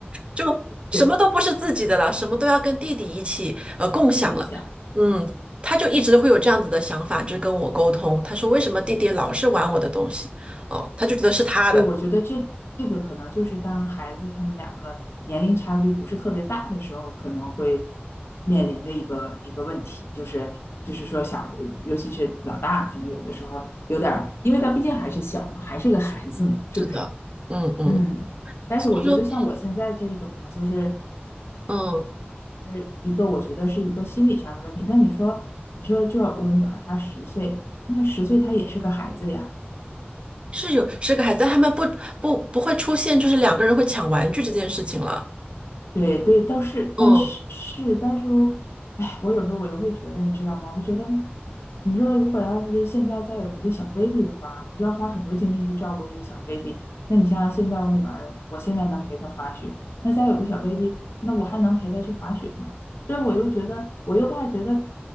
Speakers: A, on the right; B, on the left.
A: 就什么都不是自己的了，
B: 对，
A: 什么都要跟弟弟一起呃共享了。
B: 分享，
A: 嗯，他就一直会有这样子的想法，就是跟我沟通。他说为什么弟弟老是玩我的东西？哦，他就觉得是他的。
B: 对，我觉得这这个可能就是当孩子他们两个年龄差距不是特别大的时候，可能会面临的一个一个问题，就是就是说小，尤其是老大，可能有的时候有点儿，因为他毕竟还是小嘛，还是个孩子嘛，是不是？
A: 是的，嗯嗯，
B: 嗯，但是我觉得像我现在这一种呢，
A: 所以说
B: 就是
A: 嗯
B: 是一个我觉得是一个心理上的问题。那你说，你说就我女儿她十岁，那十岁她也是个孩子呀。
A: 是有是个孩子，但他们不不不会出现就是两个人会抢玩具这件事情了。
B: 对对，倒是，
A: 嗯，
B: 但是是，但是我，哎，我有时候我又会觉得，你知道吗？我觉得，你说如果要是现在再有一个小 baby 的话，我就要花很多精力去照顾这个小 baby。那你像现在我女儿，我现在能陪她滑雪，那再有个小 baby，那我还能陪她去滑雪呢。所以我又觉得，我又怕觉得